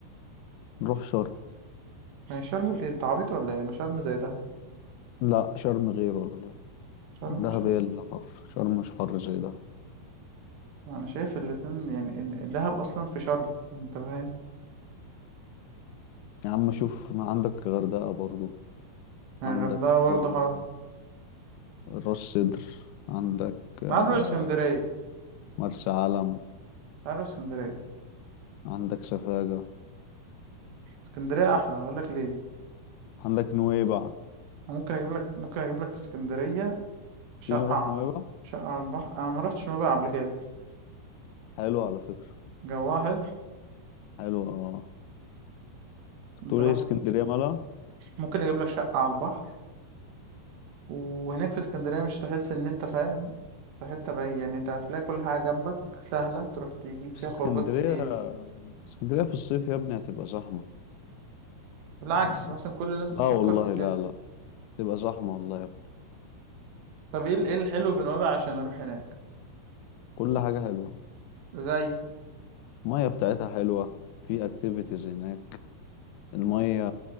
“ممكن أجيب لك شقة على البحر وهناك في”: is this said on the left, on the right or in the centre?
Right